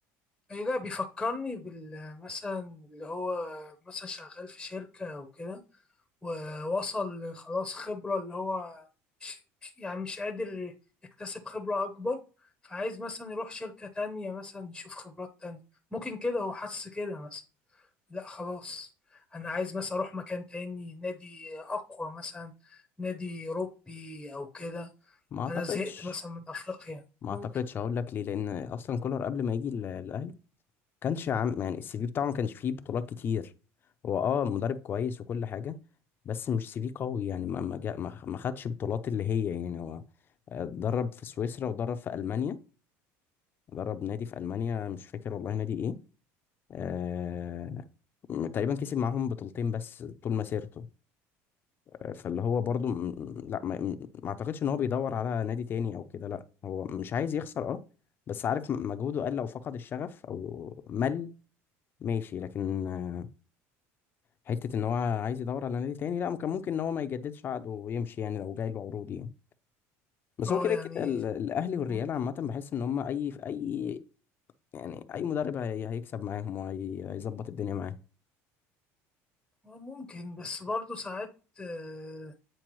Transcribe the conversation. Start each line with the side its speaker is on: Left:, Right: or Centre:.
Centre: أيوة ده بيفكرني بال مثلا اللي هو مثلا شغال في شركة أو كده ووصل خلاص خبرة اللي هو مش مش- يعني مش قادر يكتسب خبرة أكبر فعايز مثلا يروح شركة تانية مثلا يشوف خبرات تانية ممكن كده هو حس كده مثلا لا خلاص أنا عايز مثلا أروح مكان تاني نادي أقوى مثلا نادي أوروبي أو كده
Left: ما اعتقدش
Centre: أنا زهقت مثلا من أفريقيا
Left: ما
Centre: ممكن
Left: اعتقدش هقول لك ليه لان اصلا كولر قبل ما يجي ال- الاهلي كانش عام يعني السي في بتاعه ما كانش فيه بطولات كتير هو اه مدرب كويس وكل حاجة بس مش سي في قوي يعني ما ما جا- ما ما خدش بطولات اللي هي يعني هو آه، درب في سويسرا ودرب في ألمانيا جرب نادي في ألمانيا مش فاكر والله نادي إيه آه... م- تقريبا كسب معاهم بطولتين بس طول مسيرته آه، فاللي هو برضو م... م- لا ما... م- ما أعتقدش إن هو بيدور على نادي تاني أو كده لا هو مش عايز يخسر أه بس عارف م- مجهوده قل أو فقد الشغف أو مل ماشي لكن آه، حتة إن هو عايز يدور على نادي تاني لا ممكن ممكن إن هو ما يجددش عقده ويمشي يعني لو جاي له عروض يعني بس
Centre: أه
Left: هو كده
Centre: يعني
Left: كده ال- الأهلي والريال
Centre: م-
Left: عامة بحس إن هم أي في أي يعني اي مدرب هي- هيكسب معاهم وهيظبط الدنيا معاهم
Centre: ممكن بس برضه ساعات آه،